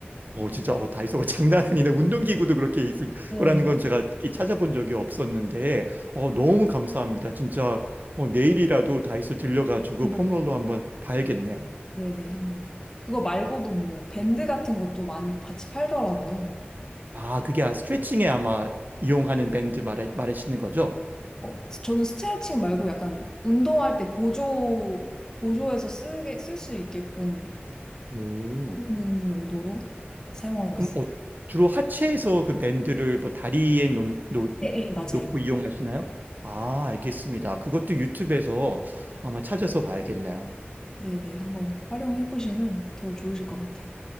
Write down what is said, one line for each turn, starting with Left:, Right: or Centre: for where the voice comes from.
Right: 어, 진짜, 어, 다이소가 <laughs> 장난 아니네. 운동기구도 그렇게 있을
Left: 네.
Right: 거라는 건 제가 특히 찾아본 적이 없었는데, 어, 너무 감사합니다. 진짜, 어, 내일이라도 다이소 들려가지고
Left: <laughs> 음.
Right: 폼롤러 한번 봐야겠네요.
Left: 네네, 한번. 그거 말고도 뭐 밴드 같은 것도 많이 같이 팔더라고요.
Right: 아, 그게 아- 스트레칭에 아마 이용하는 밴드 말하, 말하시는 거죠?
Left: 어, 저는 스트레칭 말고 약간 운동할 때 보조, 보조해서 쓰게, 쓸 수 있게끔
Right: 오.
Left: 쓰는 용도로 사용하고
Right: 그럼,
Left: 있어요.
Right: 어, 주로 하체에서 그 밴드를 뭐 다리에 놓, 놓,
Left: 네, 네, 맞아요.
Right: 놓고 이용하시나요? 아, 알겠습니다. 그것도 유튜브에서 아마 찾아서 봐야겠네요.
Left: 네네, 한번 활용해 보시면 더 좋으실 것 같아요.